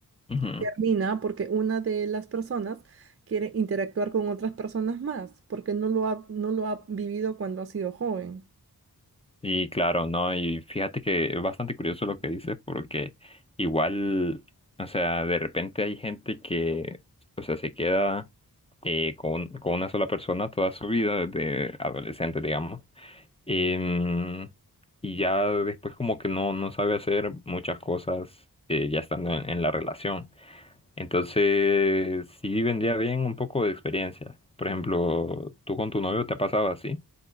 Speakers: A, on the left (about 15°); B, on the right (about 40°).
A: ujú.
B: termina porque una de las personas quiere interactuar con otras personas más, porque no lo ha, no lo ha vivido cuando ha sido joven.
A: Y claro, ¿no? Y fíjate que es bastante curioso lo que dices porque igual, o sea, de repente hay gente que, o sea, se queda eh, con, con una sola persona toda su vida, desde adolescente, digamos. Em, y ya después como que no, no sabe hacer muchas cosas eh, ya estando en, en la relación. Entonces, sí vendría bien un poco de experiencia. Por ejemplo, ¿tú con tu novio te ha pasado así?